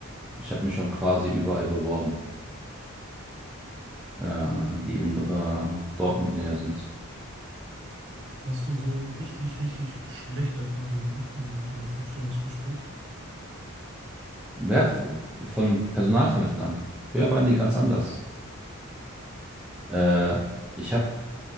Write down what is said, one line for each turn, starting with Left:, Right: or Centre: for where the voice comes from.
Centre: Ich habe mich schon quasi überall beworben, äh, die in äh, Dortmund näher sind.
Right: Hast du so richtig, richtig schlechte Erfahrungen gemacht in, mit einem Vorstellungsgespräch?
Centre: Ja, f- von Personalvermittlern. Früher waren die ganz anders. Äh, ich habe